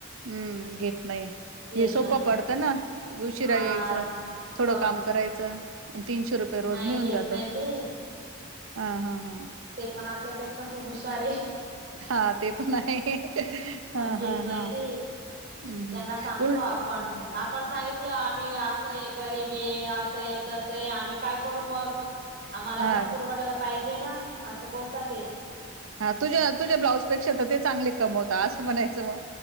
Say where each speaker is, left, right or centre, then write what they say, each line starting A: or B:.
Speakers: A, on the right; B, on the right.
A: हम्म घेत नाही
B: घेत
A: हे सोपं
B: नाही
A: पडतं ना उशिरा
B: हा
A: यायचं थोडं
B: मग
A: काम करायचं तीनशे रुपये रोज
B: नाही
A: मिळून
B: घेत
A: जात
B: नाही ते
A: हां हां हां.
B: ते पण आपल्यापेक्षा खूप हुशार आहे.
A: हा ते पण आहे हा
B: घेत
A: हा
B: नाही
A: हा.
B: ते
A: हम्
B: त्यांना
A: हम्
B: सांगतो
A: उलट
B: आपण आपण सांगितलं आम्ही असंय गरीबी असंय तसय आम्ही काय करू मग. आम्हाला
A: हा
B: पण पुरवडायला पाहिजे ना असं बोलतात ते
A: हा तुझ्या तुझ्या ब्लाउजपेक्षा तर ते चांगले कमवता असं म्हणायचं मग